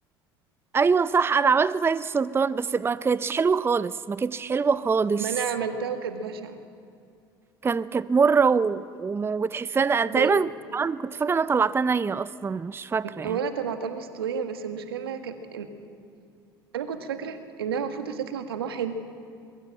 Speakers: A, on the right; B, on the right.
A: ايوه صح انا عملت زيت السلطان بس ما كانتش حلوه خالص ما كانتش حلوه خالص
B: ما انا عملتها وكانت بشعه
A: كان كانت مره و... وم- وتحسها إن- انا
B: لان
A: تقريبا كمان كنت فاكره ان انا طلعتها نيه اصلا مش فاكره يعني
B: اولا طلعتها مستويه بس المشكله انها كان إن- انا كنت فاكره انها المفروض هتطلع طعمها حلو